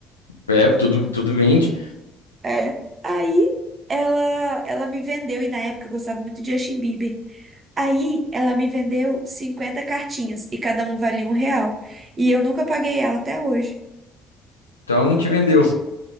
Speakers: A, on the left (about 80°); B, on the right (about 35°).
A: É, tudo, tudo vende.
B: É. Aí ela, ela me vendeu, e na época eu gostava muito de Justin Bieber. Aí ela me vendeu 50 cartinhas e cada uma valia um real. E eu nunca paguei ela até hoje.
A: Então ela não te vendeu.